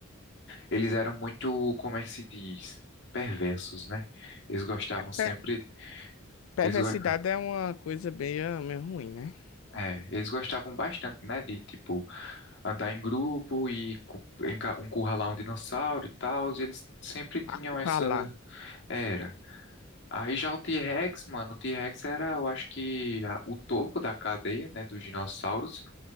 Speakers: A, on the left; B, on the left.
A: eles eram muito, como é que se diz? Perversos, né? Eles gostavam
B: É,
A: sempre.
B: Pe- Perversidade
A: Eles, go-
B: é uma coisa meio, meio ruim, né?
A: é, eles gostavam bastante, né? De, tipo, andar em grupo e cu- enca- encurralar um dinossauro e tal. E eles sempre tinham
B: Acurralar.
A: essa era. Aí já o T-Rex, mano, o T-Rex era, eu acho que, a- o topo da cadeia, né? Dos dinossauros.